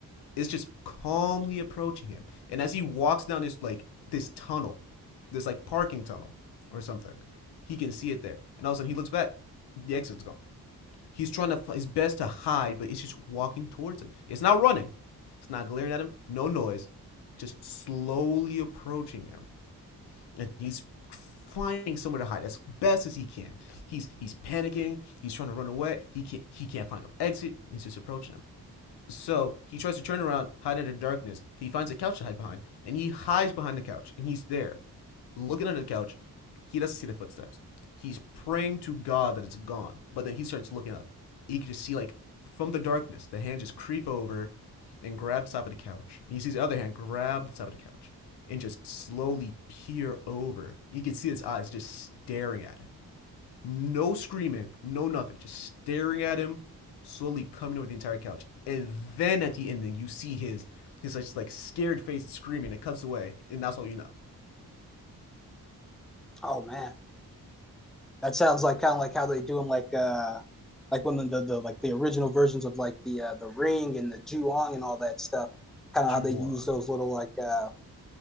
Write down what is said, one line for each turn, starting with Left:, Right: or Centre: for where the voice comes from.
Left: is just calmly approaching him. And as he walks down this like this tunnel, this like parking tunnel or something, he can see it there. And all of a sudden he looks back, the exit's gone. He's trying to his best to hide, but it's just walking towards him. It's not running. It's not glaring at him. No noise. Just slowly approaching him. And he's finding somewhere to hide as best as he can. He's he's panicking. He's trying to run away. He can't he can't find no exit. He's just approaching him. So he tries to turn around, hide under darkness. He finds a couch to hide behind, and he hides behind the couch, and he's there, looking under the couch. He doesn't see the footsteps. He's praying to God that it's gone, but then he starts looking up. He can just see, like, from the darkness, the hand just creep over and grab the top of the couch. And he sees the other hand grab the top of the couch and just slowly peer over. You can see his eyes just staring at him. No screaming, no nothing. Just staring at him, slowly coming over the entire couch. And then at the ending, you see his his like, like scared face and screaming. It cuts away, and that's all you know.
Centre: Oh man. That sounds like kind of like how they do them, like uh, like when the, the, the like the original versions of like the uh, the Ring and the Juong and all that stuff. Kind of
Left: Juwan.
Centre: how they use those little like uh,